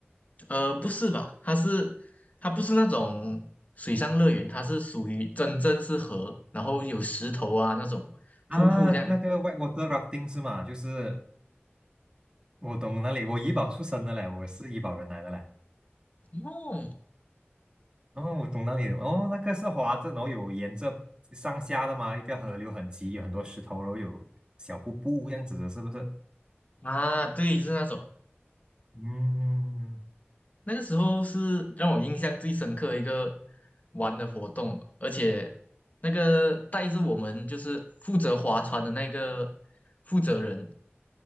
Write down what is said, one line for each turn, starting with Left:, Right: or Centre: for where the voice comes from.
Left: 呃，不是吧？它是它不是那种水上乐园，它是属于真正是河，然后有石头啊那种瀑布这样。
Right: 啊，那个 whitewater rafting 是吗？就是我懂那里，我怡保出生的嘞，我是怡保人来的嘞。
Left: 哦，
Right: 然后我懂那里，哦，那个是滑着，然后有沿着上下的嘛，一个河流很急，有很多石头，然后有小瀑布这样子的，是不是？
Left: 啊，对，是那种。
Right: 嗯，
Left: 那个时候是让我印象最深刻的一个玩的活动，而且那个带着我们就是负责划船的那个负责人